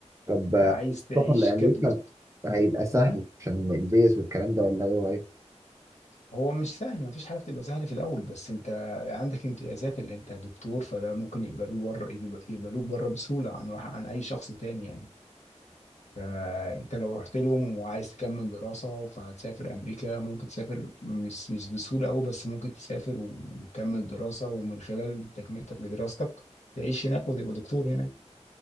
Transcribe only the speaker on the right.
طب آه،
السفر لامريكا
هيبقى سهل
عشان الفيز والكلام ده ولا ايه رأيك؟